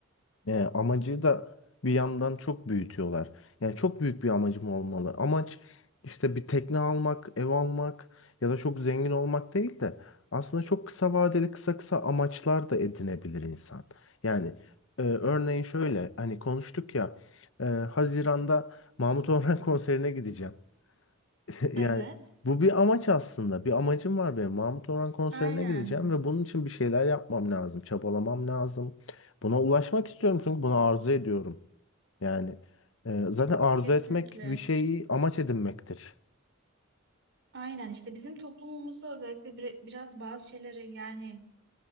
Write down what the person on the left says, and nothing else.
e, amacı da bir yandan çok büyütüyorlar. Yani çok büyük bir amacım olmalı. Amaç işte bir tekne almak, ev almak ya da çok zengin olmak değil de aslında çok kısa vadeli kısa kısa amaçlar da edinebilir insan. Yani e, örneğin şöyle hani konuştuk ya e, Haziran'da Mahmut Orhan <laughs> konserine gideceğim. <laughs> Yani
bu bir amaç aslında. Bir amacım var benim. Mahmut Orhan konserine
gideceğim ve bunun için bir şeyler yapmam lazım. Çabalamam lazım. Buna ulaşmak istiyorum çünkü bunu arzu ediyorum. Yani e, zaten arzu
etmek bir şeyi amaç edinmektir.